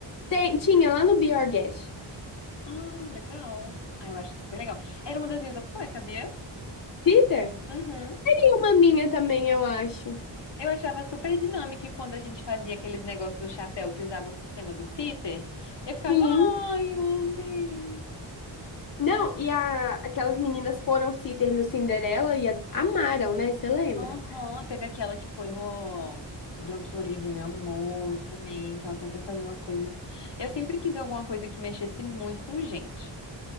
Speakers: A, on the left; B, on the left.
A: tem- tinha lá no Biogas.
B: Ah, legal. Ah, eu acho super legal. Era uma das minhas opções, sabia?
A: Peter?
B: Uhum.
A: Tem uma minha também, eu acho.
B: Eu achava super dinâmico e quando a gente fazia aqueles negócios do chapéu que usava o sistema do sitter. Eu ficava,
A: Sim.
B: ai, homem.
A: Não, e a, aquelas meninas foram sitter no Cinderela e a- amaram, né? Você lembra?
B: Aham, teve aquela que foi no Gran Florida e amou também, que ela tá até fazendo as coisas. Eu sempre quis alguma coisa que mexesse muito com gente.